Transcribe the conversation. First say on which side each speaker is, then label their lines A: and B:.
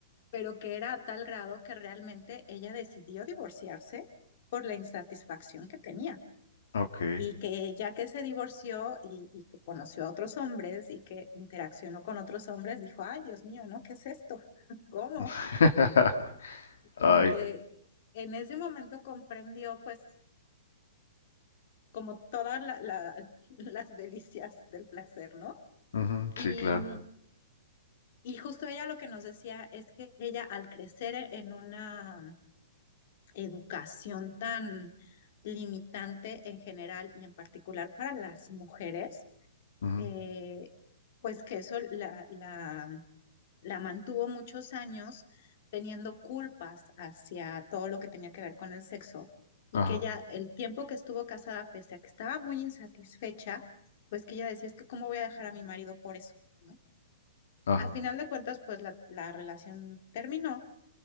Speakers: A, on the left (about 45°); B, on the left (about 75°).
A: pero que era a tal grado que realmente ella decidió divorciarse por la insatisfacción que tenía.
B: ok.
A: Y que ya que se divorció y, y que conoció a otros hombres y que interaccionó con otros hombres, dijo, ay, Dios mío, ¿no? ¿Qué es esto? <laughs> ¿Cómo?
B: <laughs>
A: como
B: Ay,
A: que en ese momento comprendió pues como todas la- la- <laughs> las delicias del placer, ¿no?
B: ujú,
A: Y,
B: sí, claro.
A: y justo ella lo que nos decía es que ella al crecer en una educación tan limitante en general y en particular para las mujeres,
B: ujú,
A: eh, pues que eso la, la la mantuvo muchos años teniendo culpas hacia todo lo que tenía que ver con el sexo
B: ajá,
A: y que ella, el tiempo que estuvo casada, pese a que estaba muy insatisfecha, pues que ella decía, es que cómo voy a dejar a mi marido por eso, ¿no?
B: ajá.
A: Al final de cuentas, pues la, la relación terminó